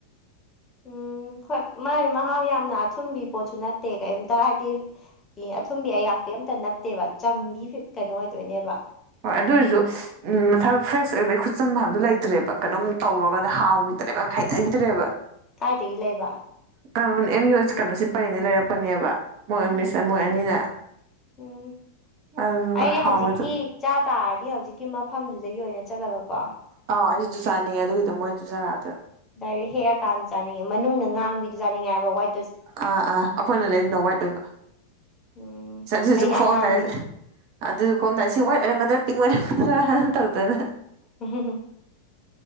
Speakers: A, on the left; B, on the right.
A: ꯎꯝ ꯍꯣꯏ ꯃꯥ ꯃꯍꯥꯎ ꯌꯥꯝꯅ ꯑꯊꯨꯝꯕꯤ ꯄꯣꯠꯁꯨ ꯅꯠꯇꯦ ꯀꯩꯝꯇ ꯍꯥꯏꯗꯤ ꯑꯦ ꯑꯊꯨꯝꯕꯤ ꯑꯌꯥꯛꯄꯤ ꯑꯝꯇ ꯅꯠꯇꯦꯕ ꯆꯝꯕꯤ ꯀꯩꯅꯣ ꯑꯣꯏꯗꯣꯏꯅꯦꯕ
B: ꯍꯣꯏ ꯑꯗꯨꯔꯁꯨ ꯎꯝ ꯃꯊꯥꯗ ꯐ꯭ꯔꯦꯁ ꯑꯣꯏꯕꯩ ꯈꯨꯠꯆꯝ ꯍꯥꯏꯕꯗꯨꯣ ꯂꯩꯇ꯭ꯔꯦꯕ ꯀꯩꯅꯣꯝ ꯇꯧꯔꯒꯗ ꯍꯥꯎꯈꯤꯗ꯭ꯔꯦꯕ ꯌꯥꯝ ꯍꯩꯅꯈꯤꯗ꯭ꯔꯦꯕ
A: ꯀꯗꯥꯥꯏꯏꯗꯒꯤ ꯂꯩꯕ
B: ꯀꯣ ꯑꯦꯝ ꯌ ꯀꯩꯅꯣꯁꯤꯦ ꯄꯔꯦꯡꯅ ꯂꯩꯔꯛꯄꯅꯦꯕ ꯃꯣꯏ
A: ꯎꯝ
B: ꯑꯃꯁꯅ ꯃꯣꯏ ꯑꯅꯤꯅ
A: ꯎꯝ
B: ꯑꯗꯨꯒ
A: ꯑꯩꯗꯤ
B: ꯍꯥꯎꯕꯗ
A: ꯍꯧꯖꯤꯛꯀꯤ ꯆꯥ ꯇꯥꯔꯗꯤ ꯍꯧꯖꯤꯛꯀꯤ ꯃꯐꯝꯗꯨꯗꯒꯤ ꯑꯣꯏꯅ ꯆꯠꯂꯒꯀꯣ
B: ꯑꯥꯎ ꯑꯩꯁꯨ ꯆꯥꯅꯤꯡꯉꯦ ꯑꯗꯨꯒꯤꯗꯨꯣ ꯃꯣꯏꯗꯨꯁꯨ ꯆꯣ
A: ꯗꯥꯏꯔꯦꯛ ꯍꯦꯛꯑꯀꯥꯟꯗ ꯆꯥꯅꯤꯡꯉꯦ ꯃꯅꯨꯡꯗ ꯉꯥꯡꯕꯤꯗꯨ ꯆꯥꯅꯤꯡꯉꯦ ꯍꯥꯏꯕ ꯋꯥꯏ
B: ꯑꯥ ꯑꯥ ꯑꯩꯈꯣꯏꯅ ꯂꯩꯗꯅ ꯋꯥꯏꯠ ꯑꯣꯏꯕ
A: ꯎꯝ
B: ꯆꯖ ꯁꯖꯨ
A: ꯑꯩꯗꯤ
B: ꯈꯣꯝ
A: ꯑꯉꯥꯡꯕꯤꯗꯣ
B: ꯇꯔꯦꯁꯦ ꯑꯗꯨ ꯀꯣꯝꯅ ꯁꯤ ꯋꯥꯏꯠ ꯑꯣꯏꯔꯝꯒꯗ꯭ꯔꯥ ꯄꯤꯡ ꯑꯣꯏꯔꯝꯒꯗ꯭ꯔꯥꯅ ꯇꯧꯗꯣꯏꯅ
A: <inaudible>